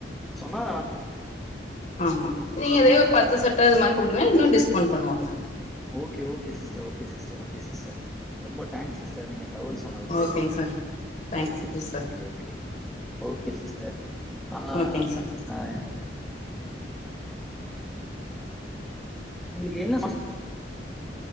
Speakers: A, in the centre; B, on the left.
A: சொன்னா
B: ஆமா நீங்களே
A: ஃபோன் பண்ணேன்.
B: ஒரு பத்து ஷர்ட் இது மாரி குடுக்கெறெ இன்னு டிஸ்கௌண்ட் பண்ணுவாங்க
A: ஓகே ஓகே சிஸ்டர் கே சிஸ்டர் ஓகே சிஸ்டர் ரொம்ப டாங்க்ஸ் சிஸ்டர் நீங்க தகவல் சொன்னதுக்கு.
B: ஓகேங் sir thank you
A: okay, okay,
B: sir
A: okay, okay. Okay sister ஆ
B: ஓகேங்க சார்
A: உங்களுக்கு என்ன சொன்ன